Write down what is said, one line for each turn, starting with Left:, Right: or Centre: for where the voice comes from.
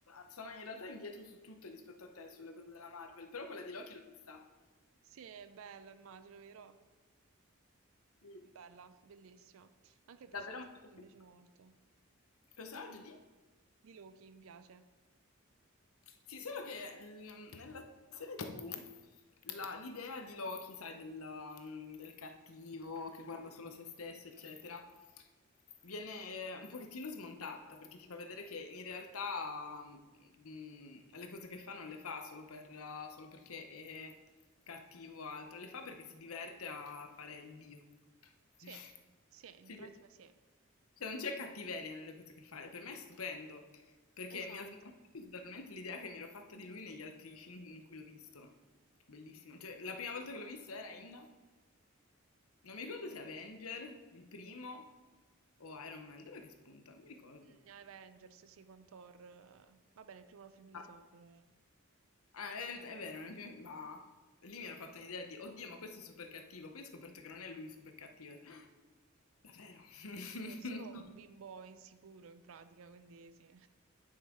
Left: sono in realtà indietro su tutto rispetto a te sulle cose della Marvel, però quella di Loki l'ho vista.
Right: Sì, è bella, immagino, vero?
Left: Mm.
Right: Bella, bellissima. Anche il
Left: Davvero
Right: personaggio
Left: molto
Right: di Loki
Left: bella.
Right: mi piace molto.
Left: Personaggio di?
Right: Di Loki, mi piace.
Left: Sì, solo che mm, nella serie TV la- l'idea di Loki, sai, della- mm, del cattivo che guarda solo se stesso, eccetera, viene eh, un pochettino smontata perché ti fa vedere che in realtà mm, le cose che fa non le fa solo per, eh, solo perché è cattivo o altro, le fa perché si diverte a fare il dio.
Right: Sì,
Left: <laughs>
Right: sì, in
Left: Sì.
Right: pratica sì.
Left: Cioè, non c'è cattiveria nelle cose che fa, e per me è stupendo. Perché
Right: Esatto.
Left: mi ha smarrito totalmente l'idea che mi ero fatta di lui negli altri film in cui l'ho visto. Bellissimo. Cioè, la prima volta che l'ho visto era in... Non mi ricordo se Avenger, il primo, o Iron Man. Dov'è che spunta? Non mi ricordo.
Right: Mm, Avengers, sì, con Thor. eh. Vabbè, nel primo film di
Left: Ah,
Right: Thor. eh.
Left: Ah, è, è vero, nel primo... Ma... Lì mi ero fatta un'idea di, oddio, ma questo è super cattivo. Poi ho scoperto che non è lui super cattivo. <gasps> Davvero? <laughs>
Right: Sì, è solo un bimbo insicuro in pratica, quindi sì.